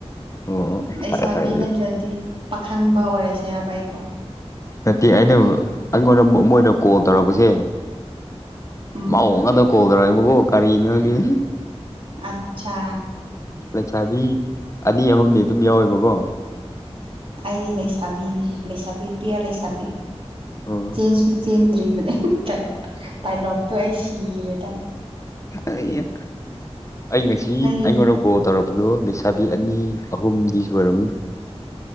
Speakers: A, on the left; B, on the right.
A: ꯑꯣ ꯑꯣ ꯑꯣ
B: ꯂꯩꯁꯥꯕꯤ
A: ꯐꯔꯦ ꯐꯔꯦ ꯑꯗꯨꯗꯤ
B: ꯅꯠꯇ꯭ꯔꯗꯤ ꯄꯥꯈꯪꯕ ꯑꯣꯏꯔꯁꯤꯔꯕ ꯑꯩꯕꯣ
A: ꯅꯠꯇꯦ ꯑꯩꯅ ꯑꯩꯉꯣꯟꯗ ꯃꯣꯏꯅ ꯀꯣꯜ ꯇꯧꯔꯛꯄꯁꯦ
B: ꯎꯝ
A: ꯃꯧ ꯉꯥꯛꯗ ꯀꯣꯜ ꯗꯧꯔꯦꯕꯀꯣ ꯀꯔꯤꯅꯣ ꯍꯪꯗꯦ
B: ꯑꯠꯁꯥ
A: ꯂꯩꯁꯥꯕꯤ ꯑꯅꯤ ꯑꯍꯨꯝꯅꯤ ꯑꯗꯨꯝ ꯌꯥꯎꯋꯦꯕꯀꯣ
B: ꯑꯩ ꯂꯩꯁꯥꯕꯤꯅꯤ ꯂꯩꯁꯥꯕꯤ ꯄꯤꯌꯔ ꯂꯩꯁꯥꯕꯤ
A: ꯑꯣ
B: ꯆꯦꯟꯁꯨ ꯆꯦꯟꯗ꯭ꯔꯤꯕꯅꯦ ꯗꯥꯏꯂꯣꯛꯇꯣ ꯑꯩ ꯁꯤꯔꯦꯗ
A: ꯑꯩꯌꯥ ꯑꯩ ꯉꯁꯤ
B: ꯅꯪꯒꯤ
A: ꯑꯩꯉꯣꯔꯣꯛ ꯀꯣꯜ ꯇꯧꯔꯛꯄꯗꯣ ꯂꯩꯁꯥꯕꯤ ꯑꯅꯤ ꯑꯍꯨꯝꯗꯤ ꯁꯨꯔꯝꯅꯤ